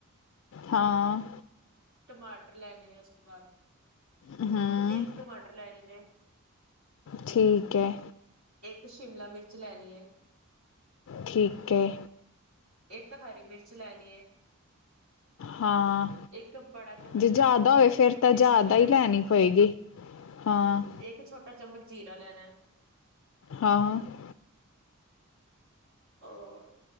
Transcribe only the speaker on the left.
ਹਾਂ।
ਹਮ
ਠੀਕ ਹੈ।
ਠੀਕ ਹੈ।
ਹਾਂ।
ਜੇ ਜ਼ਿਆਦਾ
ਹੋਵੇ, ਫਿਰ
ਤਾਂ
ਜ਼ਿਆਦਾ
ਹੀ ਲੈਣੀ ਪਏਗੀ, ਹਾਂ।
ਹਾਂ, ਹਾਂ।